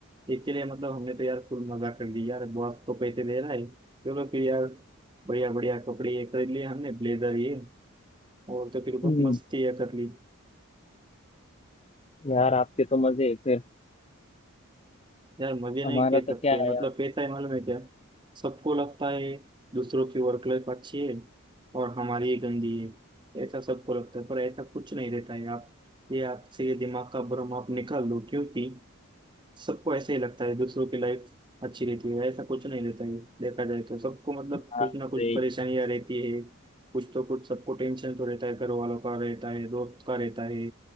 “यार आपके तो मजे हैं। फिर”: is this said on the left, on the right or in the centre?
Left